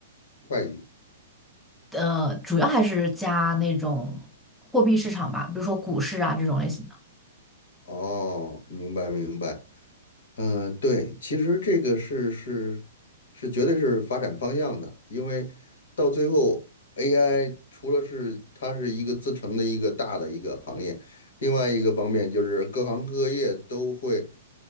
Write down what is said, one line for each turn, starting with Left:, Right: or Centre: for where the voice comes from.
Left: 会计？
Centre: 呃，主要还是加那种货币市场吧，比如说股市啊这种类型的。
Left: 嗯哦，明白明白。嗯，呃对，其实这个是是是绝对是发展方向的，因为到最后 AI 除了是它是一个自成的一个大的一个行业，另外一个方面就是各行各业都会